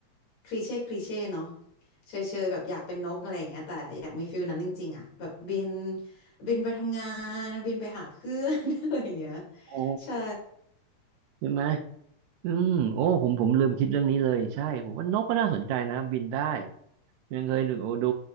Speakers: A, on the left; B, on the right.
A: คลีเช่คลีเช่เนาะเชยเชยแบบอยากเป็นนกอะไรอย่างเงี้ยแต่อยากมีฟิลนั้นจริงๆอะแบบบินบินไปทำงานบินไปหาเพื่อน <laughs> อะไรอย่างเงี้ย
B: โอ้
A: ใช่
B: ใช่ไหมอืมโอ้ผมผมลืมคิดเรื่องนี้เลยใช่ผมว่านกก็น่าสนใจนะบินได้ ยังเคยดูดู